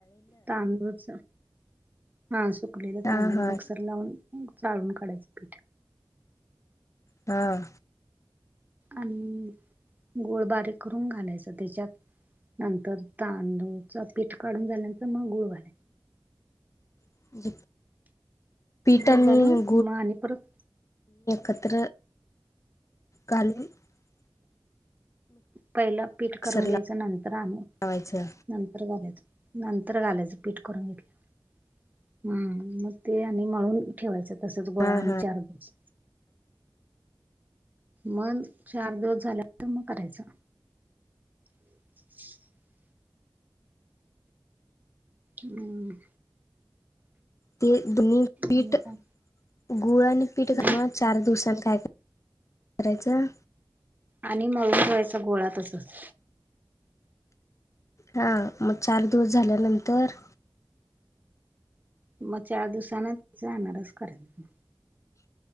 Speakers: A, on the right (about 20°); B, on the left (about 35°).
A: तांदूळच, हां सुकलेलं
B: हा
A: तांदूळ
B: हा
A: मिक्सर लावून. मग चाळून काडायचं पीठ.
B: ता. <unintelligible>
A: आनी गोळं बारीक करून घालायच, त्याच्यात नंतर. तांदूळच पीठ काढून झाल्यानंतर मग गुळ घाल.
B: <inaudible> पीठ
A: गुळ
B: आणि
A: घालून म आणि परत
B: कतर कालवून <unintelligible>
A: पैला पीठ
B: मिक्सरला
A: करून घ्यायचं नंतर आनी
B: लावायचं
A: नंतर घालायचं. नंतर घालायचं पीठ करून घेटल्यावर हम् मग ते आणि मळून ठेवायचं. तसंच गोळा
B: हा
A: आणि
B: हा
A: चार दिवस मग चार दिवस झाल्यानंतर मग करायचं. <inaudible> हम्म.
B: ते दोन्ही पीटं
A: आणि काय?
B: गुळ आणि पीठ घालूनच,
A: मग
B: चार दिवसांनी खाय करायचं.
A: आणि मळून ठेवायचा गोळा तसंच.
B: हां, मग चार दिवस झाल्यानंतर.
A: मग चार दिवसांन त्याचा अनारस करायचं.